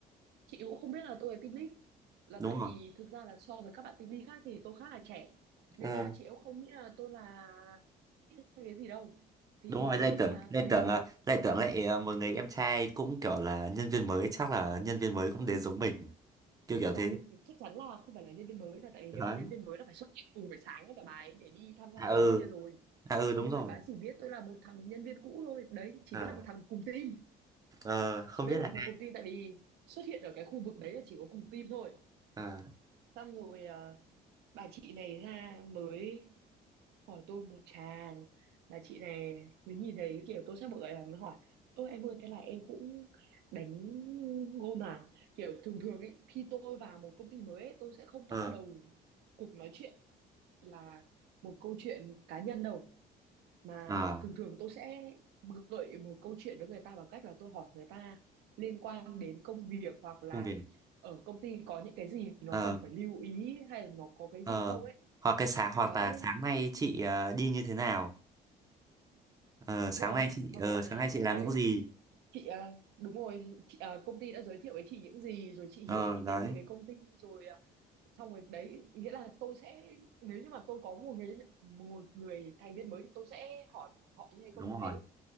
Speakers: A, on the right (about 80°); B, on the right (about 20°).
A: chị cũng không biết là tôi là team lead là
B: đúng
A: tại
B: rồi
A: vì thực ra là so với các bạn team lead khác thì tôi khá là trẻ nên
B: Ờ,
A: là chị cũng không nghĩ là tôi là lead hay cái gì đâu thì
B: đúng rồi Lê
A: lúc
B: Tưởng
A: mà
B: Lê
A: tôi đến
B: Tưởng ờ, Lê Tưởng lại ờ, một người em trai cũng kiểu là nhân viên mới chắc là nhân viên mới cũng đến giống mình kiểu kiểu thế
A: không chắc chắn là không phải là nhân viên mới là tại vì
B: đấy
A: nếu mà nhân viên mới là phải xuất hiện cùng buổi sáng với cả bà ấy để đi tham gia
B: à ừ
A: mấy cái kia rồi
B: à ừ đúng
A: nhưng
B: rồi
A: mà bà ấy chỉ biết tôi là một thằng nhân viên cũ thôi đấy chỉ
B: à
A: biết là một thằng cùng team
B: ờ, không
A: chỉ biết
B: biết
A: là
B: là
A: thằng cùng team tại vì xuất hiện ở cái khu vực đấy là chỉ có cùng team thôi
B: à
A: xong rồi à, bà chị này ra mới hỏi tôi một tràng bà chị này mới nhìn thấy kiểu tôi sắp bực rồi mới hỏi ơ em ơi thế là em cũng đánh gôn à kiểu thường thường ấy khi tôi vào một công ty mới ấy, tôi sẽ không bắt
B: ờ
A: đầu cuộc nói chuyện là một câu chuyện cá nhân đâu mà
B: ờ
A: thường thường tôi sẽ gợi một câu chuyện với người ta bằng cách là tôi hỏi người ta liên quan đến công việc hoặc là
B: công việc
A: ở công ty có những cái gì nó
B: ờ
A: cần phải lưu ý hay là nó có cái
B: ờ
A: gì không ấy
B: hoặc cái sáng hoặc
A: đấy
B: là sáng nay chị ờ, đi như thế nào ờ
A: đúng
B: sáng
A: rồi
B: nay chị
A: hoặc
B: ờ
A: là
B: sáng nay chị làm
A: đấy
B: những gì
A: chị à, đúng rồi chị, à, công ty đã giới thiệu với chị những gì rồi chị hiểu
B: ờ
A: những
B: đấy
A: cái gì về công ty rồi à, xong rồi đấy nghĩa là tôi sẽ nếu như mà tôi có một người một người thành viên mới thì tôi sẽ hỏi họ như hay không
B: đúng
A: như thế
B: rồi